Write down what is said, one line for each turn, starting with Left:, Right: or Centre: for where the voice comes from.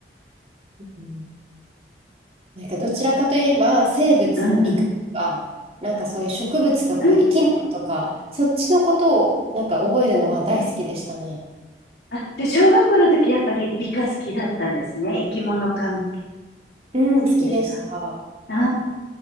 Right: うんなんか、どちらかといえば、生物、
Left: うん。
Right: 理科とか、なんかそういう植物とか生き物とか、
Left: うん
Right: そっちのことをなんか覚えるのは大好きでしたね。
Left: あ、じゃあ小学校の時やっぱり理科好きだったんですね。生き物関係
Right: うん、
Left: 好きでした。
Right: 好きでした。
Left: ああ、